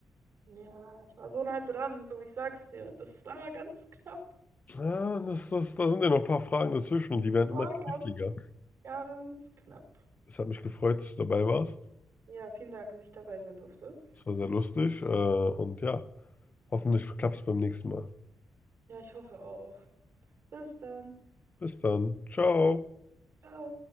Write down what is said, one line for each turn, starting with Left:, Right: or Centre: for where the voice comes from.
Right: ja, ich war so nah dran, du, ich sag's dir. Das war ganz knapp.
Left: Ah, das, das, da sind ja noch ein paar Fragen dazwischen und die werden
Right: War
Left: immer kniffliger.
Right: ganz, ganz knapp.
Left: Es hat mich gefreut, dass du dabei warst.
Right: Ja, vielen Dank, dass ich dabei sein durfte.
Left: Es war sehr lustig äh, und ja. Hoffentlich klappt es beim nächsten Mal.
Right: Ja, ich hoffe auch. Bis dann.
Left: Bis dann. Ciao.
Right: Ciao.